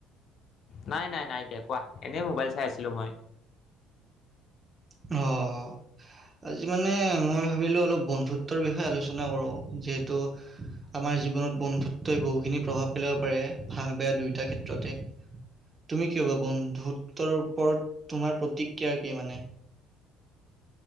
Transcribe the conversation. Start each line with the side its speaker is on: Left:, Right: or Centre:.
Left: নাই, নাই, নাই, দিয়া কোৱা? এনেই মোবাইল চাই আছিলো মই।
Right: অঁ। আজি মানে মই ভাবিলোঁ অলপ বন্ধুত্বৰ বিষয়ে আলোচনা কৰোঁ। যিহেতু- আমাৰ জীৱনত বন্ধুত্বই বহুখিনি প্ৰভাৱ পেলাব পাৰে ভাল, বেয়া দুয়োটা ক্ষেত্ৰতে। তুমি কি ভবা, বন্ধুত্বৰ ওপৰত তোমাৰ প্ৰতিক্ৰিয়া কি মানে?